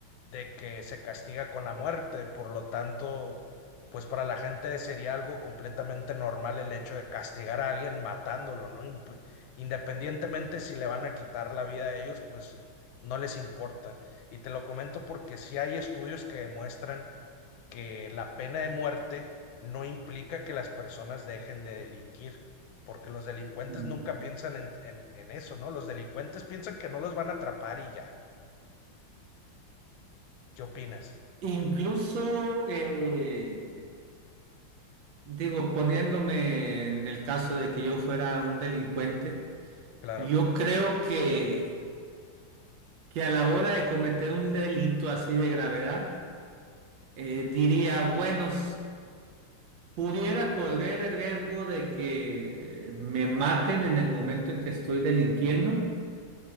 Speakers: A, on the left; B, on the right.
A: de que se castiga con la muerte, por lo tanto, pues para la gente sería algo completamente normal el hecho de castigar a alguien matándolo, ¿no? Imp- Independientemente si le van a quitar la vida a ellos, pues no les importa. Y te lo comento porque sí hay estudios que demuestran que la pena de muerte no implica que las personas dejen de delinquir, porque los delincuentes
B: Ujú.
A: nunca piensan en, en- en eso, ¿no? Los delincuentes piensan que no los van a atrapar y ya. ¿Qué opinas?
B: Incluso... eh, Digo, poniéndome en el caso de que yo fuera un delincuente,
A: Claro.
B: yo creo que, que a la hora de cometer un delito así de gravedad, eh, diría, bueno, s- pudiera correr el riesgo de que me maten en el momento en que estoy delinquiendo